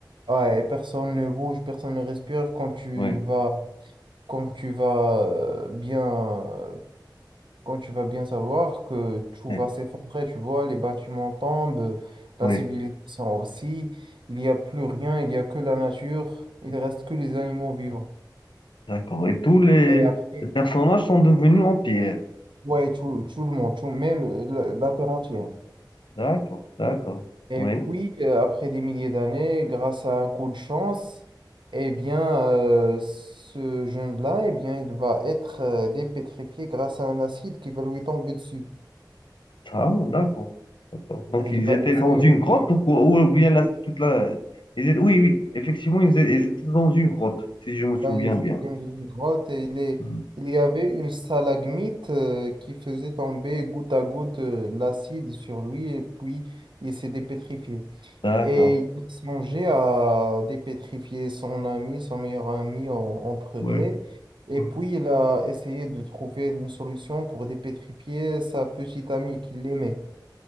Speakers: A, on the right; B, on the left.
A: ouais, et personne ne bouge, personne ne respire quand tu
B: Oui,
A: vas, quand tu vas euh, bien euh, quand tu vas bien savoir que tout
B: oui,
A: va s'effondrer, tu vois, les bâtiments tombent, la
B: oui,
A: civilisation aussi, il n'y a plus rien, il n'y a que la nature, il reste que les animaux vivants.
B: d'accord. Et tous les,
A: Et après,
B: les personnages sont devenus en pierre.
A: ouais, tout, tout le monde, tout, même la, la terre entière.
B: D'accord, d'accord.
A: Et
B: Oui,
A: puis, euh, après des milliers d'années, grâce à un coup de chance, eh bien, euh, ce jeune-là, eh bien, il va être euh, dépétrifié grâce à un acide qui va lui tomber dessus.
B: ça, d'accord. D'accord. Donc
A: Et Il
B: ils
A: va
B: étaient
A: essayer
B: dans une
A: de,
B: grotte ou quoi? Ou bien la, toute la. ils étaient- Oui, oui, effectivement, ils étaient, ils étaient dans une grotte, si je me souviens
A: Ouais,
B: bien.
A: dans une grotte et il, est-
B: Hmm.
A: il y avait une stalagmite euh, qui faisait tomber goutte à goutte euh, l'acide sur lui et puis il s'est dépétrifié.
B: D'accord.
A: Et il songeait à dépétrifier son ami, son meilleur ami en, en premier.
B: Ouais,
A: Et
B: ouais.
A: puis il a essayé de trouver une solution pour dépétrifier sa petite amie qu'il aimait.